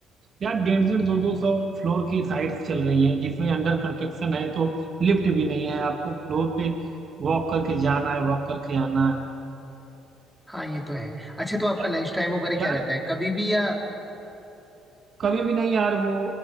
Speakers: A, on the right; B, in the centre.
A: यार डेढ़ डेढ़ दो दो सौ फ्लोर की साइट्स चल रही हैं जिसमें अंडर कंस्ट्रक्शन है तो लिफ्ट भी नहीं है आपको फ्लोर पे वॉक करके जाना है वॉक करके आना है
B: हाँ ये तो है अच्छा तो आपका
A: यार
B: लंच टाइम वगैरह
A: यार
B: क्या रहता है कभी भी या
A: कभी भी नहीं यार वो